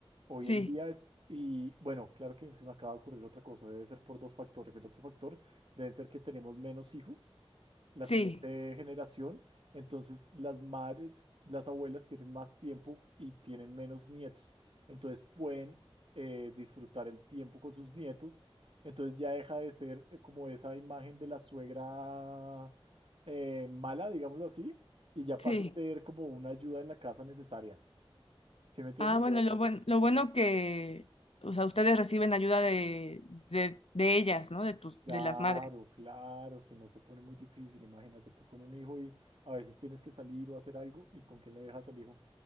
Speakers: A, on the right; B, on the left.
A: Hoy
B: Sí,
A: en día es, y bueno, claro que se me acaba de ocurrir otra cosa, debe ser por dos factores. El otro factor debe ser que tenemos menos hijos la
B: sí,
A: siguiente generación. Entonces, las madres, las abuelas tienen más tiempo y tienen menos nietos. Entonces, pueden eh, disfrutar el tiempo con sus nietos. Entonces, ya deja de ser eh, como esa imagen de la suegra eh, mala, digámoslo así, y ya
B: sí.
A: pasa a ser como una ayuda en la casa necesaria. ¿Sí me entiendes?
B: Ah, bueno, lo bueno, lo bueno que, o sea, ustedes reciben ayuda de, de, de ellas, ¿no? De tus,
A: Claro,
B: de las madres.
A: claro, si no se pone muy difícil, imagínate tú con un hijo y a veces tienes que salir o hacer algo y con quién le dejas al hijo.